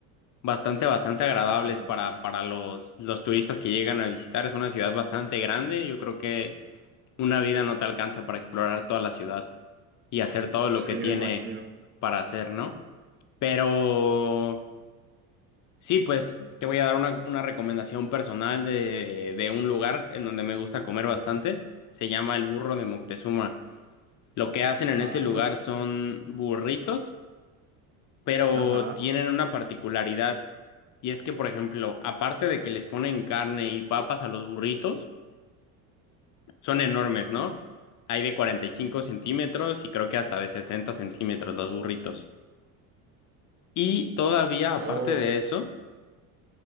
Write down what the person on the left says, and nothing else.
bastante, bastante agradables
para, para los, los turistas que llegan a visitar. Es una ciudad bastante grande. Yo creo que una vida no te alcanza para explorar toda la ciudad y hacer todo lo
que tiene
para hacer, ¿no? Pero sí, pues te voy a dar una, una recomendación personal de, de un lugar en donde me gusta comer bastante. Se llama el Burro de Moctezuma. Lo que hacen
en ese lugar son burritos. pero
tienen una particularidad y es que, por ejemplo, aparte de que les ponen carne y papas a los burritos, son enormes, ¿no? Hay de 45 centímetros y creo que hasta de 60 centímetros los burritos. Y todavía, aparte
de eso,